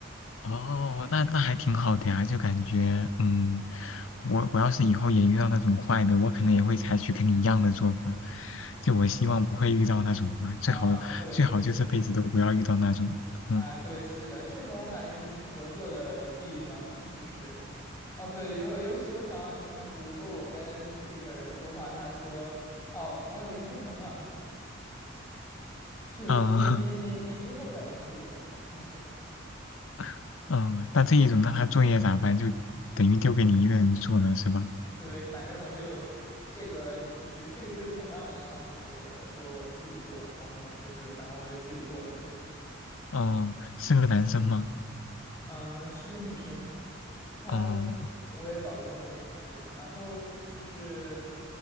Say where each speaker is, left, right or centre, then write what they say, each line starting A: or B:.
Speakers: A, on the left (about 80°); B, on the left (about 15°).
A: 哦，那那还挺好的呀，就感觉，嗯，我我要是以后也遇到那种坏的，我可能也会采取跟你一样的做法，就我希望不会遇到那种吧，
B: 嗯，
A: 最好最好就这辈子都不要遇到那种，
B: 对，是的，
A: 嗯
B: 哎，对，是的，这种我感觉就是合作的弊端了，就是，哦，对，尤尤其我想要什么，就比如说我跟这个人说话，他说，哦，我已经出城了，就是你你你你之后再联系我吧，
A: 啊
B: 这种。
A: <laughs> 嗯，那这一种那他作业咋办？就等于丢给你一个人做了是吧？
B: 对，反正我就这个就是这个就是同样的上次那个我说我自己做，然后就是反正我就自己做了呗。
A: 哦，是个男生吗？
B: 嗯、是个女生，<laughs> 她
A: 哦
B: 我也搞不懂为啥她这样。然后就是